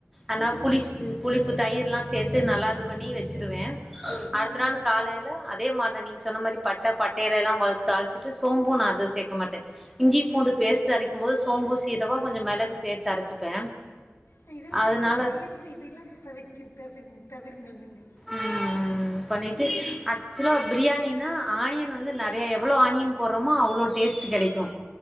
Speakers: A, in the centre; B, on the left (about 75°).
A: அன்னாப்
B: ம்
A: புளிஸ்சு புளிப்பு தயிர்லா சேத்து நல்லா இது பண்ணி வெச்சிருவே அடுத்த
B: ம்
A: நாள் காலைல அத் தே மார்தா நீங்க சொன்ன மாரி பட்ட பட்டைலேலாம் மொல் தாள்ச்சிட்டு சோம்பு நா அது சேக்க மாட்டே இஞ்சி பூண்டு
B: ம் ம்
A: பேஸ்ட்டு அரைக்கும் போது சோம்பு சீரகோ கொஞ்சோ மெளகு சேத்து அரச்சிப்பே
B: அ இதெல்லா
A: அதனால
B: சேக்ககூடாது பிரியாணியில இது எல்லாந் தவிர்க்கிர் தவிர்ந் தவிருங்கள் நீங்கள்
A: ம் ம் பண்ணிட்டு
B: ம்
A: அக் சுலா பிரியாணினா ஆனியன் வந்து நெறைய எவ்ளோ ஆனியன் போர்றோமோ அவ்ளோ டேஸ்ட்டு கெடைக்கு